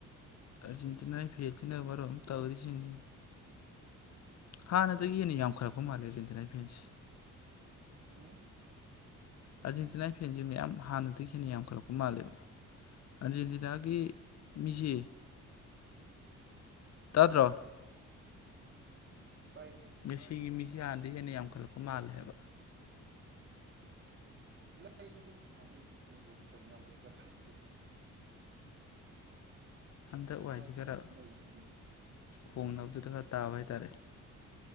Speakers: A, on the left; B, on the right.
A: ꯑꯔꯖꯦꯟꯇꯤꯅꯥꯒꯤ ꯐꯦꯟꯁꯤꯅ ꯃꯔꯣꯜ ꯑꯃ ꯇꯧꯔꯤꯁꯤꯡꯁꯤ ꯍꯥꯟꯅꯗꯒꯤ ꯍꯦꯟꯅ ꯌꯥꯝꯈꯠꯂꯛꯄ ꯃꯥꯜꯂꯦ ꯑꯥꯔꯖꯦꯟꯇꯤꯅꯥꯒꯤ ꯐꯦꯟꯁꯦ
B: ꯍꯨꯝ
A: ꯑꯥꯔꯖꯦꯟꯇꯤꯅꯥꯒꯤ ꯐꯦꯟꯁꯦ ꯃꯌꯥꯝ ꯍꯥꯟꯅꯗꯒꯤ ꯍꯦꯟꯅ ꯌꯥꯝꯈꯠꯂꯛꯄ ꯃꯥꯜꯂꯦꯕ ꯑꯥꯔꯖꯦꯟꯇꯤꯅꯥꯒꯤ ꯃꯤꯁꯦ ꯇꯥꯗ꯭ꯔꯣ
B: ꯎꯝ ꯇꯥꯏꯃꯦ
A: ꯃꯦꯁꯤꯒꯤ ꯃꯤꯁꯦ ꯍꯥꯟꯅꯗꯩ ꯍꯦꯟꯅ ꯌꯥꯝꯈꯠꯂꯛꯄ ꯃꯥꯜꯂꯦ ꯍꯥꯏꯕ
B: ꯂꯩꯔꯤꯅꯦ ꯍꯥꯟꯗꯩ ꯅꯪꯕꯨ ꯀꯔꯤ ꯌꯥꯝꯈꯠꯂꯛꯄ ꯅꯠꯇꯦ <unintelligible>
A: ꯍꯟꯗꯛ ꯋꯥꯏꯁꯤ ꯈꯔ ꯈꯣꯡꯅꯕꯗꯨꯗ ꯈꯔ ꯇꯥꯕ ꯍꯥꯏꯇꯥꯔꯦ